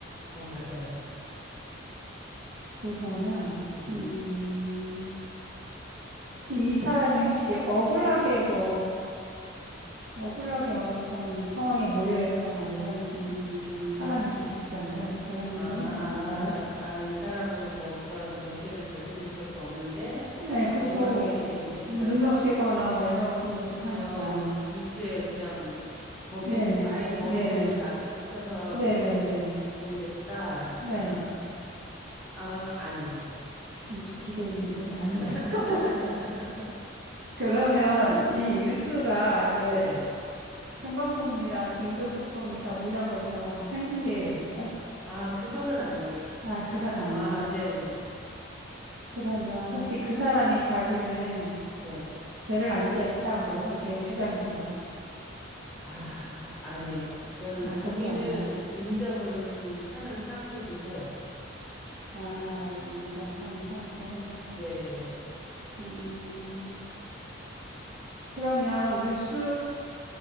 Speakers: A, in the centre; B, on the right (about 60°).
A: 어, 맞아요.
B: 그러면,
A: 네.
B: 음, 혹시 이 사람이 혹시 억울하게 뭐, 억울하게 어떤 상황에 몰려 있거나 이런 음, 사람일 수도 있잖아요. 그런
A: 아, 아,
B: 거는 아니었어요?
A: 아, 이 사람은 뭐 그런 범죄를 저지른 적도 없는데,
B: 네, 그쵸.
A: 억울하게 이렇게 누명쓰여서
B: 뭐 누명 쓰거나 막 이런 것도
A: 어,
B: 하니까.
A: 막 뉴스에 그냥 범인,
B: 네네,
A: 아예 범인으로
B: 네네,
A: 낙인 찍혀서
B: 네네네.
A: 방송이 됐다.
B: 네.
A: 아, 아, 아니에요.
B: 엄청 기대했는데 아니에요.
A: <laughs>
B: <laughs> 그러면 이 뉴스가 왜
A: 네.
B: 생방송입니다, 긴급 속보입니다, 뭐 이런 것처럼 생중계였어요?
A: 아, 그거는 아니에요.
B: 아, 그건 아니에요.
A: 아, 네네.
B: 그러면 혹시 그 사람이 자기는
A: 예.
B: 죄를 안 지었다, 뭐 이렇게 주장했어요?
A: 아, 아니에요. 저는
B: 아,
A: 본인은
B: 그것도 아니에요.
A: 인정은 하는 상태긴 해요.
B: 아, 인정을 하는 상태.
A: 네.
B: 음, 그러면 뉴스